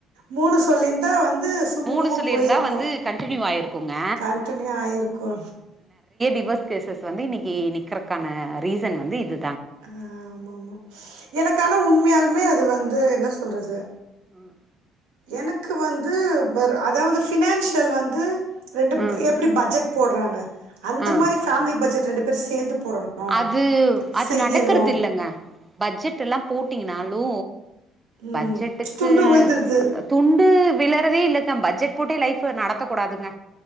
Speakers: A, on the right (about 75°); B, on the right (about 20°).
A: மூனு சொல்லிந்தா வந் து சுமூகமா
B: மூணு சொல்லியிருந்தா
A: போயிருக்கு
B: வந்து கண்டினியூ ஆயிருக்குங்க
A: கன்ட்டினியூ ஆயிருக்கு
B: டிவஸ் கேசஸ் வந்து இன்னிக்கு நிக்கிறக்கான ரீசன் வந்து இது
A: ஆ ஆமா மா எனக்கானா உண்மையால்மே அது வந்து என்ன சொல்றது
B: உம்
A: எனக்கு வந்து வர் அதாவது ஃபினான்ஷியல் வந்து ரெண்டுப்
B: ம்
A: எப்டி பட்ஜட் போட்றாங்க அந்த
B: ம்
A: மாரி ஃபேமிலி பட்ஜெட் ரெண்டு பேர் சேந்து போடணு
B: அது அது
A: செய்யணு
B: நடக்கறது இல்லங்க பட்ஜெட் எல்லா போட்டீங்கனா லு
A: ம்
B: பட்ஜெட்டுக்கு
A: துண்டு விழுந்துருது
B: துண்டு விளறதே இல்லக்கா பட்ஜெட் போட்டு லைஃப்ப நடத்தக்கூடாதுங்க